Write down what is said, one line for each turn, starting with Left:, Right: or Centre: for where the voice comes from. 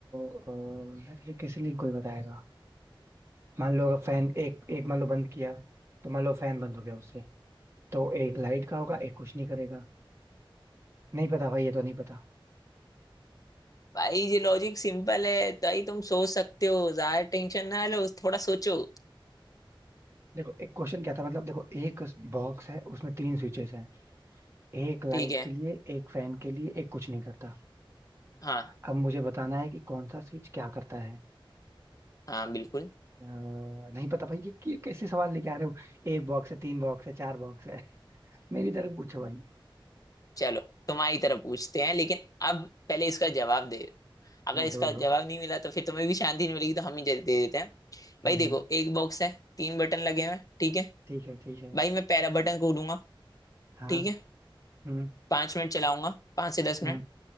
Right: अ, यार ये किसी लिए कोई बताएगा मान लो अगर फैन एक एक मान लो बंद किया तो मान लो फैन बंद हो गया उससे तो एक लाइट का होगा एक कुछ नहीं करेगा नहीं पता भाई ये तो नहीं पता
Left: भाई ये लॉजिक सिंपल है ताई तुम सोच सकते हो ज्यादा टेंशन ना लो थोड़ा सोचो
Right: देखो एक क्वेश्चन क्या था मतलब देखो एक बॉक्स है उसमें तीन स्विचेस हैं एक लाइट
Left: ठीक है
Right: के लिए एक फैन के लिए एक कुछ नहीं करता
Left: हाँ
Right: अब मुझे बताना है कि कौन सा स्विच क्या करता है
Left: हाँ बिल्कुल
Right: अ, नहीं पता भाई ये, ये कैसे सवाल लेके आ रहे हो एक बॉक्स है तीन बॉक्स है चार बॉक्स है मेरी तरफ पूछो भाई
Left: चलो तुम्हारी तरफ पूछते हैं लेकिन अब पहले इसका जवाब दे अगर
Right: हाँ
Left: इसका
Right: दो दो
Left: जवाब नहीं मिला तो फिर तुम्हें भी शांति नहीं मिलेगी तो हम ही दे दे देते हैं
Right: हम्म
Left: भाई देखो
Right: हम्म,
Left: एक बॉक्स है तीन बटन लगे हैं ठीक है
Right: ठीक है ठीक है
Left: भाई मैं पहला बटन खोलूंगा
Right: हाँ
Left: ठीक है
Right: हम्म
Left: पांच मिनट चलाऊंगा पांच से दस
Right: हुँ,
Left: मिनट